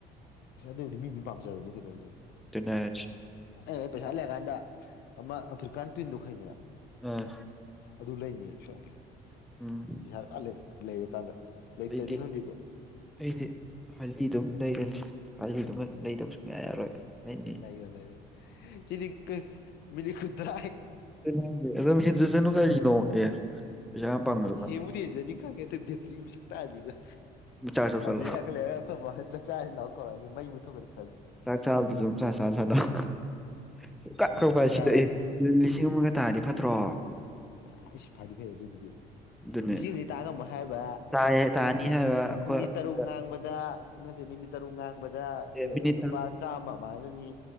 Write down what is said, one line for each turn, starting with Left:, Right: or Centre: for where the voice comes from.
Left: ꯗ ꯍꯧꯗꯤ ꯃꯤ ꯃꯤ ꯄꯥꯝꯖꯕꯅꯦ ꯀꯩꯗꯧꯔꯦ
Centre: ꯀꯗꯥꯖ
Left: ꯑꯦ ꯄꯩꯁꯥ ꯂꯦ ꯀꯗ ꯑꯃꯃ ꯑꯐꯀꯅ ꯇꯗꯨ ꯈꯥꯏꯗꯅ
Centre: ꯑꯥ
Left: ꯑꯗꯨ ꯂꯩꯅꯤ ꯁꯣꯝꯒꯤ
Centre: ꯎꯝ
Left: ꯄꯩꯁꯥ ꯂꯥꯜꯂꯦ ꯂꯩꯔꯀꯥꯟꯗ ꯂꯩꯇꯗꯤ
Centre: ꯑꯩꯗꯤ
Left: ꯈꯪꯗꯦꯀꯣ
Centre: ꯑꯩꯗꯤ ꯍꯂꯤ ꯑꯗꯨꯝ ꯂꯩꯔꯅꯤ ꯍꯥꯏꯗꯤꯗꯨꯣꯏ ꯂꯩꯇꯕ ꯁꯨꯡꯌꯥ ꯌꯥꯔꯣꯏ ꯑꯩꯗꯤ
Left: ꯂꯩꯥꯏꯌꯣ ꯂꯩꯥꯏꯌꯣ ꯆꯅꯤ ꯃꯤꯅꯤ ꯈꯨꯗ
Centre: ꯦ ꯑꯗꯨꯝ ꯍꯤꯟꯖꯤꯠꯁꯤꯅꯨ ꯀꯔꯤꯅꯣ ꯑꯦ ꯄꯩꯁꯥ ꯌꯥꯝ ꯄꯥꯡꯕꯗꯣ
Left: ꯍꯕꯨꯅꯦꯖꯅꯤ ꯀꯉꯦ ꯦꯇ꯭ ꯁ ꯍꯧꯖꯤꯒ
Centre: ꯆꯥꯔꯖ ꯇꯧꯁꯜꯂꯣ
Left: ꯑ ꯗꯤꯅꯦ ꯑꯀꯂ ꯂꯩꯔꯣꯏ ꯃ ꯆ ꯆꯥꯏ ꯂꯧꯀ ꯃ ꯃꯊ ꯐꯔꯦ
Centre: ꯆꯥꯛ ꯆꯜꯗ ꯆꯨꯝ ꯆ ꯁꯥ ꯁꯥꯗ ꯁ ꯀꯛꯈꯛꯄ
Left: ꯑꯦ ꯆꯥꯛ
Centre: ꯁꯤꯗꯑ
Left: ꯆꯥꯕ ꯍꯥꯏꯗꯤ
Centre: ꯂꯤꯁꯤꯡ ꯑꯃꯒ ꯇꯥꯅꯤ ꯐꯠꯇ꯭ꯔꯣ
Left: ꯑ ꯐꯥꯏꯗꯤ ꯐ ꯑꯗꯨ ꯑꯗꯨꯕꯨꯗꯤ
Centre: ꯑꯗꯨꯅꯦ
Left: ꯂꯤꯁꯤꯡꯕꯨꯗꯤ ꯇꯥꯡꯉꯝꯃ ꯍꯥꯏꯕ
Centre: ꯇꯥꯏꯌꯦ ꯇꯥꯅꯤ ꯍꯥꯏꯕ ꯑꯩꯈꯣꯏ
Left: ꯃꯤꯅꯤꯅꯤ
Centre: ꯑꯁꯤꯗ
Left: ꯇꯔꯨꯛ ꯉꯥꯡꯕꯗ ꯅꯠꯇꯦ ꯃꯤꯅꯤꯠ ꯇꯔꯨꯛ ꯉꯥꯡꯕꯗꯤ
Centre: ꯑꯦ ꯃꯤꯅꯤꯠ
Left: ꯂꯨꯄꯥ
Centre: ꯇꯔꯨꯛ
Left: ꯆꯥꯝꯃ ꯑꯗꯨꯥꯏꯅꯅꯤ